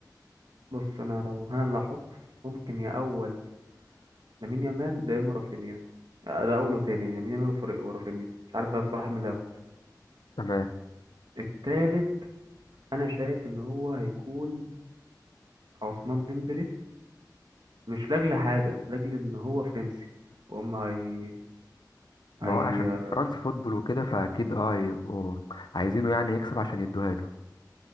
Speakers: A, on the right (about 80°); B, on the left (about 90°).
A: بص أنا لو أنا اللي هحط ممكن يا أول لامين يامال يا إما رافينيا لا، ده أول وتاني لامين يامال وفر- ورافينيا مش عارف بقى بصراحة مين اللي هياخد
B: تمام
A: التالت أنا شايف إن هو هيكون عثمان ديمبلي مش لأجل حاجة لأجل إن هو فرنسي وهم هي
B: ما
A: هي
B: هو عشان فرنسا فوتبول وكده فأكيد اه هيبقوا عايزينه يعني يكسب عشان يدوها له